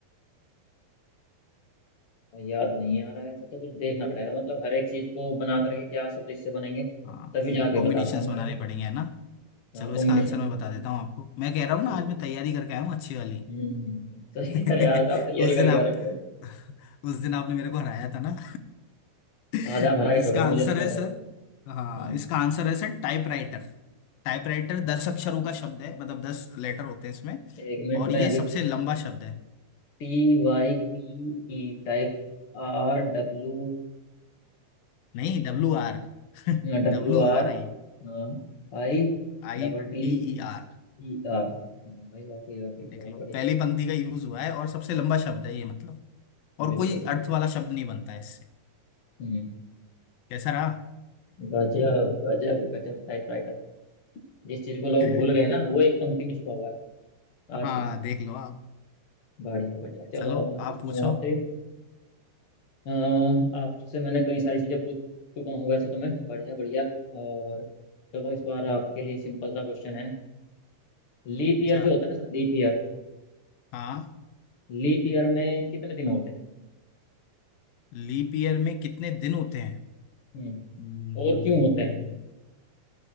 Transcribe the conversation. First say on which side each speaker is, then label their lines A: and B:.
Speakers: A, on the left; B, on the left.
A: याद नहीं आ रहा है ऐसा तो कुछ देखना पड़ेगा मतलब हर एक चीज को बना करके क्या स्वदेश से बनेंगे
B: हाँ
A: तभी जाके
B: कॉम्बिनेशंस
A: बता पाऊंगा
B: बनाने
A: ऐसे तो
B: पड़ेंगे है ना
A: क्या
B: चलो
A: कॉम्बिनेशन
B: इसका आंसर मैं
A: क्या
B: बता देता हूँ आपको मैं कह रहा
A: ये
B: हूँ
A: चीज
B: ना आज मैं तैयारी करके आया हूँ अच्छी वाली
A: हम्म सही
B: <laughs>
A: कह रहे हैं आज तो आप तैयारी
B: उस
A: करके
B: दिन आप
A: आ रखे हो
B: <laughs> उस दिन आपने मेरे को हराया था ना
A: <laughs>
B: <laughs>
A: आज आप हरा के
B: इसका
A: छोड़ोगे
B: आंसर
A: मुझे इसका
B: है
A: मतलब
B: सर हाँ
A: हम्म
B: इसका आंसर है सर टाइपराइटर टाइपराइटर दस अक्षरों का शब्द है मतलब दस लेटर होते हैं इसमें
A: एक मिनट
B: और
A: में
B: ये
A: अभी
B: सबसे लंबा शब्द है
A: T Y P E type R W
B: नहीं डब्ल्यू आर
A: W
B: डब्ल्यू
A: R
B: आर आई
A: हाँ I
B: आई
A: double T
B: टी ई आर
A: E R हाँ भाई वाकई वाकई
B: <laughs> देख
A: बहुत
B: लो
A: बढ़िया
B: पहली पंक्ति का यूज हुआ है और सबसे लंबा शब्द
A: हम्म,
B: है ये मतलब और
A: बिल्कुल
B: कोई
A: बिल्कुल
B: अर्थ वाला शब्द नहीं बनता है इससे
A: हम्म,
B: कैसा रहा
A: गजब गजब गजब टाइपराइटर जिस चीज को लोग
B: <laughs>
A: भूल गए ना वो एक पंक्ति में छुपा हुआ है आज
B: हाँ
A: भी
B: देख लो आप
A: बढ़िया बढ़िया चलो
B: चलो
A: अब मैं
B: आप
A: पूछता
B: पूछो
A: हूँ आपसे अ, आपसे मैंने कई सारी चीजें पूछ चुका हूँ वैसे तो मैं बढ़िया बढ़िया और चलो इस बार आपके लिए सिंपल सा क्वेश्चन है लीप ईयर
B: अच्छा
A: जो होता है ना sir leap year
B: हाँ
A: leap year में कितने दिन होते हैं
B: लीप ईयर में कितने दिन होते हैं
A: हम्म
B: हम्म,
A: और क्यों होते हैं